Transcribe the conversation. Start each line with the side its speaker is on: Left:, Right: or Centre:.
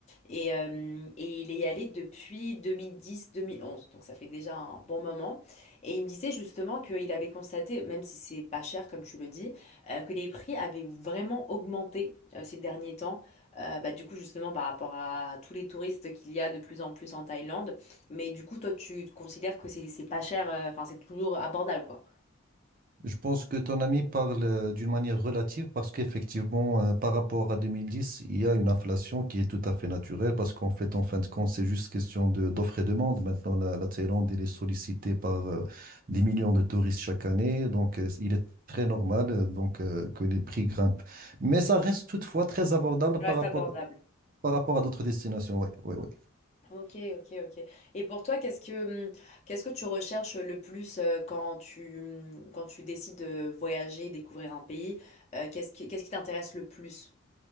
Left: Et, euh, et il est allé depuis 2010-2011, donc ça fait déjà un bon moment. Et il me disait justement qu'il avait constaté, même si c'est pas cher comme tu le dis, euh, que les prix avaient vraiment augmenté euh, ces derniers temps. Euh, bah, du coup, justement, par rapport à tous les touristes qu'il y a de plus en plus en Thaïlande. Mais du coup, toi, tu considères que c'est c'est pas cher, euh, enfin, c'est toujours abordable, quoi.
Right: Je pense que ton ami parle euh, d'une manière relative parce qu'effectivement, euh, par rapport à 2010, il y a une inflation qui est tout à fait naturelle parce qu'en fait, en fin de compte, c'est juste question de, d'offre et demande. Maintenant, la, la Thaïlande, elle est sollicitée par euh, des millions de touristes chaque année. Donc, euh, il est très normal euh, donc, euh, que les prix grimpent. Mais ça reste toutefois très abordable par
Left: Ça Reste
Right: rapport,
Left: abordable.
Right: par rapport à d'autres destinations. Oui, oui, oui.
Left: Ok, ok, ok. Et pour toi, qu'est-ce que hum, qu'est-ce que tu recherches le plus euh, quand tu hum, quand tu décides de voyager, découvrir un pays? Euh, qu'est-ce qui qu'est-ce qui t'intéresse le plus?